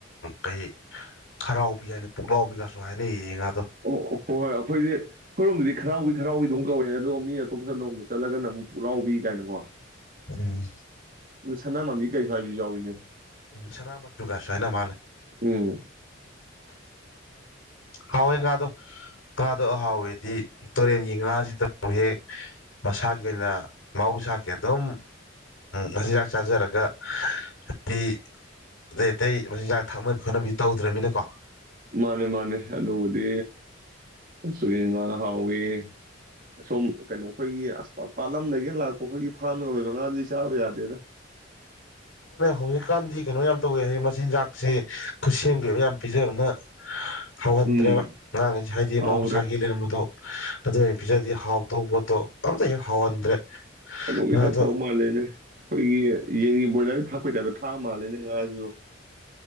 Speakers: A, on the left; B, on the right.
A: ꯀꯩ ꯈꯔꯥꯎꯕꯤ ꯍꯥꯏꯅ ꯄꯨꯛꯂꯥꯎꯕꯤꯒꯥꯁꯨ ꯍꯥꯏꯅꯩꯍꯦ ꯉꯥ
B: ꯑꯣ ꯑꯣ ꯍꯣꯏ ꯑꯩꯈꯣꯏꯗꯤ ꯑꯈꯣꯏꯔꯣꯝꯗꯤ ꯈꯔꯥꯎꯕꯤ ꯈꯔꯥꯎꯕꯤ ꯑꯗꯨꯝ ꯀꯧꯋꯦꯅꯦ ꯑꯗꯨꯒ ꯃꯤ ꯑꯇꯣꯝꯄꯠꯂꯣꯝꯗ ꯆꯠꯂꯒꯅ ꯑꯃꯨꯛ ꯄꯨꯛꯂꯥꯎꯕꯤ ꯀꯥꯏꯅꯀꯣ
A: ꯎꯝ
B: ꯁꯥꯅꯃꯟꯕꯤ ꯀꯩ ꯍꯥꯏꯕꯁꯨ ꯌꯥꯎꯏꯅꯦ
A: ꯎꯝ ꯁꯅꯥꯃꯆꯨ ꯀꯥꯁꯨ ꯍꯥꯏꯅ ꯃꯥꯜꯂꯦ
B: ꯎꯝ
A: ꯍꯥꯎꯋꯦ ꯉꯥꯗꯣ ꯉꯥꯗꯣ ꯑꯍꯥꯎꯋꯦꯗꯤ ꯇꯨꯔꯦꯟꯒꯤ ꯉꯥꯁꯤꯗ ꯍꯦꯛ ꯃꯁꯥꯒꯤ ꯑꯣꯏꯅ ꯃꯍꯧꯁꯥꯒꯤ ꯑꯗꯨꯝ ꯃꯆꯤꯟꯖꯥꯛ ꯆꯥꯖꯔꯒ ꯍꯥꯏꯗꯤ ꯑꯇꯩ ꯑꯇꯩ ꯃꯆꯤꯟꯖꯥꯛ ꯊꯥꯛꯅꯕꯤ ꯈꯣꯠꯅꯕꯤ ꯇꯧꯗ꯭ꯔꯕꯅꯤꯅꯀꯣ
B: ꯃꯥꯅꯦ ꯃꯥꯅꯦ ꯑꯗꯨꯕꯨꯗꯤ ꯇꯨꯔꯦꯜ ꯉꯥ ꯍꯥꯎꯋꯤ ꯑꯁꯣꯝ ꯀꯩꯅꯣ ꯑꯩꯈꯣꯏꯒꯤ ꯑꯁ ꯄꯥꯠꯂꯝꯗꯒꯤ ꯂꯥꯛꯄ ꯑꯩꯈꯣꯏꯒꯤ ꯐꯥꯔꯝꯗꯒ ꯂꯣꯏꯕ ꯉꯥꯗꯤ ꯆꯥꯕ ꯌꯥꯗꯦꯗ
A: ꯍꯧꯖꯤꯛꯀꯥꯟꯗꯤ ꯀꯩꯅꯣ ꯌꯥꯝ ꯇꯧꯋꯦ ꯍꯥꯏ ꯃꯆꯤꯟꯖꯥꯛꯁꯦ ꯈꯨꯠꯁꯦꯝꯒꯤ ꯑꯣꯏꯕ ꯌꯥꯝ ꯄꯤꯖꯕꯅ ꯍꯧꯍꯟꯗ꯭ꯔꯦꯕ
B: ꯎꯝ
A: ꯉꯥꯒꯩꯁꯦ ꯍꯥꯏꯗꯤ
B: ꯍꯥꯎꯗ꯭ꯔꯦ
A: ꯃꯍꯧꯁꯥꯒꯤ ꯂꯩꯔꯝꯕꯗꯣ ꯑꯗꯨꯩꯅ ꯄꯤꯖꯗꯤ ꯍꯥꯎꯗꯧꯕ ꯄꯣꯠꯇꯣ ꯑꯝꯇ ꯍꯦꯛ ꯍꯥꯎꯍꯟꯗ꯭ꯔꯦ
B: ꯀꯩꯅꯣꯒꯤ
A: ꯉꯥꯗꯣ
B: ꯇꯥꯏꯞ ꯇꯧ ꯃꯥꯜꯂꯦꯅꯦ ꯑꯩꯈꯣꯏꯒꯤ ꯌꯦꯟ ꯕꯣꯏꯂꯔ ꯊꯥ ꯑꯩꯈꯣꯏꯗꯗ ꯊꯥ ꯃꯥꯜꯂꯦꯅꯦ ꯉꯖꯨ